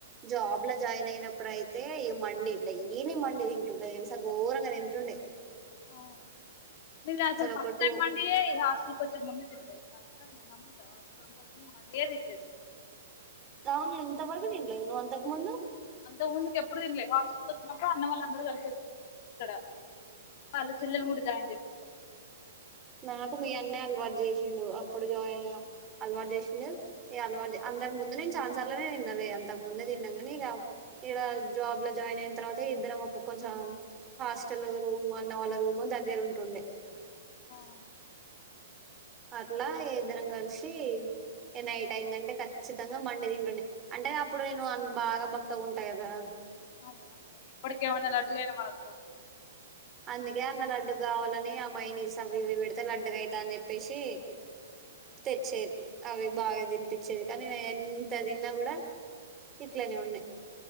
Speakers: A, on the right (about 20°); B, on the left (about 45°).
A: జాబ్ లో జాయిన్ అయినప్పుడు అయితే ఇగ మండి డైలీ మండి తింటుండే తెలుసా ఘోరంగా తింటుండే
B: అవునా నేను అసలు ఫస్ట్
A: ఒక టూ
B: టైమ్ మండియే ఇ హాస్టల్కి వచ్చే ముందు తిన్న తెలుసా అందరిని నమ్ముతావా అక్క మండి ఏ తినలేదు
A: అవును ఎంత వరకు తినలేదా నువ్వు అంతకు ముందు
B: అంత ముందుకి ఎప్పుడు తినలే హాస్టల్కి వచ్చినప్పుడు అన్న వాళ్ళ అందరు కలిసి వచ్చారు ఇక్కడ వాళ్ళ చెల్లె ని కూడ జైన్ చేసారు
A: నాకు మీ అన్నయ అలవాటు చేసిండు అప్పుడు జాయిన్ అలవాటు చేసిండు ఈ అలవాటు అంతకు ముందు నేను చాలా సార్లు నే తిన్నా లే అంతకు ముందే తిన్నాను కాని ఇక ఇక్కడ జాబ్ లో జాయిన్ అయిన తర్వాత ఇద్దరం ఒక కొంచెం హాస్టల్ రూమ్ అన్న వాళ్ళ రూమ్ దగ్గర ఉంటుండే
B: ఆ
A: అట్లా ఇద్దరం కలిసి నైట్ అయిందంటే ఖచ్చితంగా మండి తింటుండే అంటే అప్పుడు నేను బాగా బక్కగా ఉంటా కదా
B: అవునాక్క ఇప్పటికేమన్న లడుగైనవా అక్క
A: అందుకే అన్న లడ్డు కావాలని ఆ మైని అవి ఇవి లండుగ అయితే అని చెప్పి చెప్పేసి తెచ్చేది అవి బాగా తినిపించేవి కానీ ఎంత తిన్నా కూడా ఇట్లనే ఉండే